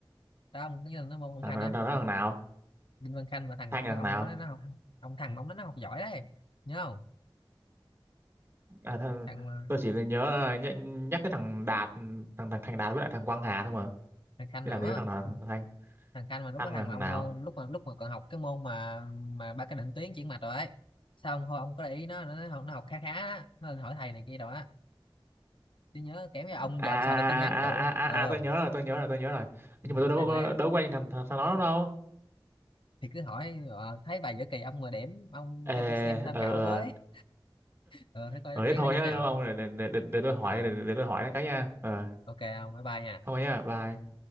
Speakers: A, on the left; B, on the right.
A: đó ông có nhắn tin nó môn ông
B: thằng
A: Khanh
B: nào
A: á
B: thằng, đó thằng nào
A: Ninh Văn Khanh mà thằng
B: Thanh
A: ông
B: là
A: ông
B: thằng nào
A: nói nó học ông thằng mà ông nói nó học giỏi đấy nhớ không
B: à, thằng,
A: thằng
B: tôi chỉ nhớ ờ, nh, nhắc cái thằng Đạt thằng, thằng Thành Đạt với lại thằng Quang Hà thôi mà
A: thằng Khanh
B: chứ
A: nữa
B: làm gì có thằng nào
A: ông,
B: thằng Thanh
A: thằng Khanh mà lúc
B: Thanh
A: có thằng
B: là thằng
A: mà ông
B: nào
A: hô lúc mà lúc mà còn học cái môn mà mà ba cái định tuyến chuyển mạch rồi ấy sao ông hô ông có để ý nó nó, nó học khá khá á. nó lên hỏi thầy này kia rồi á tôi nhớ kém với ông
B: à à
A: và ông sao tôi tin nhắn
B: à
A: cậu
B: à
A: ấy.
B: à,
A: ờ
B: à à, à, tôi nhớ rồi tôi nhớ rồi tôi nhớ rồi
A: ừ,
B: nhưng mà tôi đâu
A: thằng
B: có
A: lé
B: đâu có quen thằng thằng, thằng đó đâu
A: thì cứ hỏi ờ, thấy bài giữa kỳ ông mà điểm ông
B: Ê,
A: cho tôi xem tham
B: ờ
A: khảo
B: ờ
A: với ờ thế coi
B: Ờ
A: đáp án
B: thế thôi
A: nó như
B: nhá
A: thế nào
B: ông để, để, để, để tôi hỏi
A: rồi
B: để, để tôi hỏi cái nha. Ờ
A: ok ông bye bye nha
B: thôi nhá bye.